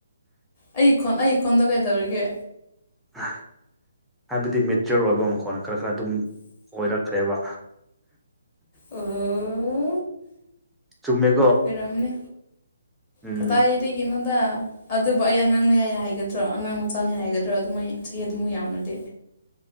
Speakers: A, on the left; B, in the centre.
A: ꯑꯩꯒꯤ ꯈꯣꯟ ꯑꯩ ꯈꯣꯟꯗꯣ ꯀꯗꯧꯔꯤꯒꯦ
B: ꯍ ꯍꯥꯏꯕꯗꯤ ꯃꯦꯆꯤꯌꯣꯔ ꯑꯣꯏꯕ ꯃꯈꯣꯟ ꯈꯔ ꯈꯔ ꯑꯗꯨꯝ ꯑꯣꯏꯔꯛꯇ꯭ꯔꯦꯕ
A: ꯑꯣ
B: ꯆꯨꯝꯃꯦ
A: ꯑꯣꯏꯔꯝꯅꯤ
B: ꯎꯝ
A: ꯀꯗꯥꯏꯗꯒꯤꯅꯣꯗ ꯑꯗꯨꯕꯨ ꯑꯩ ꯑꯉꯥꯡꯅꯤ ꯍꯥ ꯍꯥꯏꯒꯗ꯭ꯔꯣ ꯑꯉꯥꯡ ꯃꯆꯥꯅꯤ ꯍꯥꯏꯒꯗ꯭ꯔꯥ ꯑꯗꯨꯃꯥꯏ ꯆꯍꯤ ꯑꯗꯨꯃꯨꯛ ꯌꯥꯝꯔꯗꯤ